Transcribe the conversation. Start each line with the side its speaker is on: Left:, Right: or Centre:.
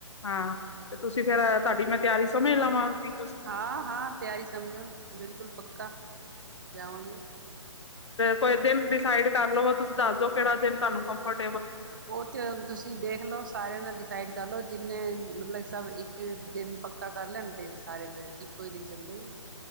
Left: ਹਾਂ ਤੇ ਤੁਸੀਂ ਫੇਰ ਤੁਹਾਡੀ ਮੈਂ ਤਿਆਰੀ ਸਮਝ ਲਵਾਂਗੀ।
Right: ਹਾਂ-ਹਾਂ ਤਿਆਰੀ ਸਮਝੋ ਬਿਲਕੁਲ ਪੱਕਾ, ਜਾਵਾਂਗੇ
Left: ਕੋ ਦਿਨ ਡਿਸਾਈਡ ਕਰ ਲੋ ਤੁਸੀਂ ਦੱਸ ਦੋ ਕਿਹੜਾ ਦਿਨ ਤੁਹਾਨੂੰ ਕੰਫਰਟ
Right: ਉਹ ਤੇ ਤੁਸੀਂ ਦੇਖਲੋ ਸਾਰਿਆਂ ਦਾ ਡਿਸ ਸਾਈਡ ਕਰ ਲਓ ਜਿੰਨੇ ਮਤਲਬ ਸਭ ਇੱਕ ਦਿਨ ਪੱਕਾ ਕਰ ਲੈਣ, ਤੇ ਸਾਰੇ ਫਿਰ ਇੱਕੋ ਹੀ ਦਿਨ ਚੱਲਦੇ ਆ।